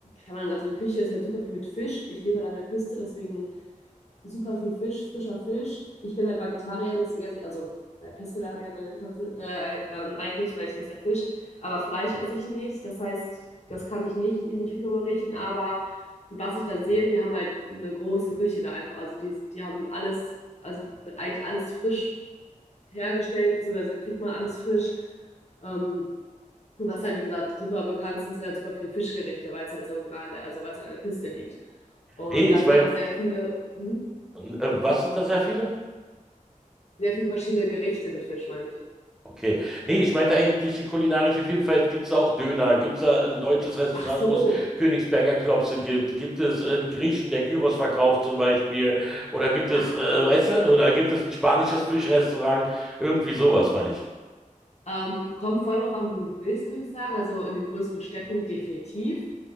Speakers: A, on the left; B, in the centre.
A: kann man, also die Küche ist halt super viel mit Fisch. Ich lebe halt an der Küste, deswegen super viel Fisch, frischer Fisch. Ich bin halt Vegetarier, deswegen esse ich, also ja, Pescetarier äh, äh, ähm, eigentlich, weil ich esse ja Fisch, aber Fleisch esse ich nicht. Das heißt, das kann ich nicht, nicht viel darüber richten, aber was ich da sehe, die haben halt eine große Küche da einfach. Also die, die haben alles, also wird eigentlich alles frisch hergestellt, beziehungsweise kriegt man alles frisch. Ähm, und was halt, wie gesagt, super bekannt sind, sind halt super viele Fischgerichte, weil es halt so, nah an der- also weil es halt an der Küste liegt. Und
B: Nee,
A: da
B: ich
A: sind
B: meine,
A: aber auch sehr viele. Hm?
B: äh, was sind da sehr viele?
A: Sehr viele verschiedene Gerichte mit Fisch, meine ich.
B: Okay. Nee, ich meinte eigentlich die kulinarische Vielfalt. Gibt es da auch Döner? Gibt es da ein deutsches Restaurant,
A: Ach so.
B: wo es Königsberger Klopse gibt? Gibt es einen Griechen, der Gyros verkauft zum Beispiel? Oder gibt es,
A: Ach
B: äh, weißt
A: so.
B: du, oder gibt es ein spanisches Fischrestaurant? Irgendwie sowas, meine ich.
A: Ähm, kommt voll drauf an, wo du bist, würde ich sagen. Also in den größeren Städten definitiv.